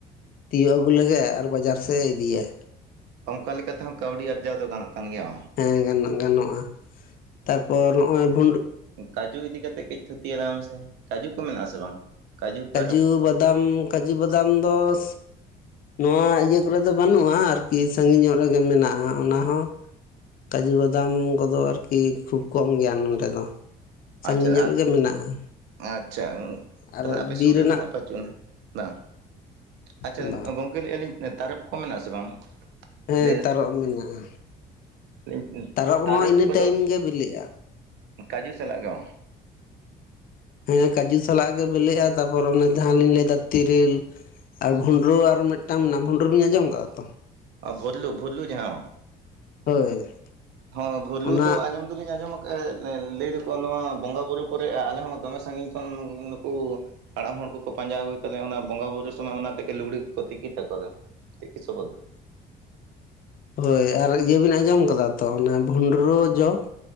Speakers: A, on the left; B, on the right.
A: ᱛᱤᱭᱳᱜ ᱟᱹᱜᱩ ᱞᱮᱜᱮ ᱟᱨ ᱵᱟᱡᱟᱨ ᱥᱮᱫ ᱮ ᱤᱫᱤᱭᱟ
B: ᱚᱱᱠᱟ ᱞᱮᱠᱟ ᱛᱮᱦᱚᱸ ᱠᱟᱹᱣᱰᱤ ᱟᱨᱡᱟᱣ ᱫᱚ ᱜᱟᱱᱚᱜ ᱠᱟᱱ ᱜᱮᱭᱟ
A: ᱦᱮᱸ ᱜᱟᱱᱚᱜ ᱜᱟᱱᱚᱜᱼᱟ ᱛᱟᱨᱯᱚᱨ ᱱᱚᱜᱼᱚᱭ ᱵᱷᱩᱸᱰ
B: ᱠᱟᱹᱡᱩ ᱤᱫᱤ ᱠᱟᱛᱮᱜ ᱠᱟᱹᱡ ᱛᱷᱩᱛᱤ ᱭᱟᱞᱟᱝ ᱢᱮᱥᱮ ᱠᱟᱡᱩ ᱠᱚ ᱢᱮᱱᱟᱜ ᱟᱥᱮ ᱵᱟᱝ? ᱠᱟᱡᱩ ᱛᱟᱨᱚᱵ
A: ᱠᱟᱹᱡᱩ ᱵᱟᱫᱟᱢ ᱠᱟᱹᱡᱩ ᱵᱟᱫᱟᱢ ᱫᱚᱥ ᱱᱚᱣᱟ ᱤᱭᱟᱹ ᱠᱚᱨᱮ ᱫᱚ ᱵᱟᱹᱱᱩᱜᱼᱟ ᱟᱨᱠᱤ ᱥᱟᱺᱜᱤᱧ ᱧᱚᱜ ᱨᱮᱜᱮ ᱢᱮᱱᱟᱜᱼᱟ ᱚᱱᱟ ᱦᱚᱸ᱾ ᱠᱟᱡᱩ ᱵᱟᱫᱟᱢ ᱠᱚᱫᱚ ᱟᱨᱠᱤ ᱠᱷᱩᱵ ᱠᱚᱢ ᱜᱮᱭᱟ ᱱᱚᱰᱮ ᱫᱚ᱾ ᱥᱟᱺᱜᱤᱧ
B: ᱟᱪᱪᱷᱟ
A: ᱧᱚᱜ ᱨᱮᱜᱮ ᱢᱮᱱᱟᱜᱼᱟ
B: ᱟᱪᱪᱷᱟᱦ
A: ᱟᱨ ᱵᱤᱨ
B: ᱟᱯᱮ ᱥᱩᱨ ᱨᱮᱫᱚ
A: ᱨᱮᱱᱟᱜ
B: ᱦᱟᱸᱜ ᱯᱟᱹᱪᱩᱜ ᱟᱱᱟ ᱵᱟᱝ ᱟᱪᱪᱷᱟ
A: ᱵᱟᱝ
B: ᱜᱚᱝᱠᱮ ᱞᱟᱹᱭ ᱟᱹᱞᱤᱧ ᱛᱟᱨᱚᱵ ᱠᱚ ᱢᱮᱱᱟᱜ-ᱟ ᱥᱮ ᱵᱟᱝ?
A: ᱦᱮᱸ
B: ᱞᱟᱹᱭ
A: ᱛᱟᱨᱚᱵ ᱢᱮᱱᱟᱜᱼᱟ
B: ᱫᱟᱞᱤᱧ
A: ᱛᱟᱨᱚᱵ ᱠᱚᱦᱚᱸ ᱤᱱᱟᱹ
B: ᱠᱚᱫᱚ
A: ᱴᱟᱭᱤᱢ ᱜᱮ ᱵᱮᱞᱮᱜᱼᱟ
B: ᱠᱟᱡᱩ ᱥᱟᱞᱟᱜ ᱜᱮᱣ
A: ᱦᱮᱸ ᱠᱟᱡᱩ ᱥᱟᱞᱟᱜ ᱜᱮ ᱵᱤᱞᱤᱜᱼᱟ᱾ ᱛᱟᱨᱯᱚᱨ ᱚᱱᱮ ᱡᱟᱦᱟᱸ ᱞᱤᱧ ᱞᱟᱹᱭᱫᱟ ᱛᱮᱨᱮᱞ ᱟᱨ ᱵᱷᱩᱸᱰᱨᱩ ᱟᱨ ᱢᱤᱫᱴᱟᱝ ᱢᱮᱱᱟᱜ-ᱟ ᱵᱷᱩᱸᱰᱨᱩ ᱵᱤᱱ ᱟᱸᱡᱚᱢ ᱠᱟᱜ-ᱟ ᱛᱚ᱾
B: ᱚ ᱵᱷᱩᱫᱽᱞᱩ ᱵᱷᱩᱫᱽᱞᱩ ᱡᱟᱦᱟᱸ
A: ᱦᱳᱭ
B: ᱦᱚᱸ ᱵᱷᱩᱨᱞᱩ
A: ᱚᱱᱟ
B: ᱫᱚ ᱟᱸᱡᱚᱢ ᱫᱚᱞᱤᱧ ᱟᱸᱡᱚᱢ ᱞᱟᱹᱭ ᱫᱟᱠᱚ ᱱᱚᱣᱟ ᱵᱚᱸᱜᱟ ᱵᱩᱨᱩ ᱠᱚᱨᱮ ᱟᱞᱮ ᱦᱚᱸ ᱫᱚᱢᱮ ᱥᱟᱺᱜᱤᱧ ᱠᱷᱚᱱ ᱱᱩᱠᱩ ᱦᱟᱲᱟᱢ ᱦᱚᱲ ᱠᱚᱠᱚ ᱯᱟᱸᱡᱟ ᱟᱹᱜᱩᱭ ᱛᱟᱞᱮᱭᱟ᱾ ᱚᱱᱟ ᱵᱚᱸᱜᱟ ᱵᱩᱨᱩ ᱥᱚᱢᱚᱭ ᱚᱱᱟ ᱛᱮᱜᱮ ᱞᱩᱜᱽᱲᱤ ᱠᱚ ᱛᱤᱠᱤ ᱛᱟᱠᱚ ᱫᱚ᱾ ᱛᱮᱠᱤ ᱥᱚᱵᱚᱫᱷ
A: ᱦᱳᱭ ᱟᱨ ᱤᱭᱟᱹ ᱵᱤᱱ ᱟᱸᱡᱚᱢ ᱠᱟᱫᱟ ᱛᱚ ᱚᱱᱟ ᱵᱷᱩᱸᱱᱰᱨᱚ ᱡᱚ᱾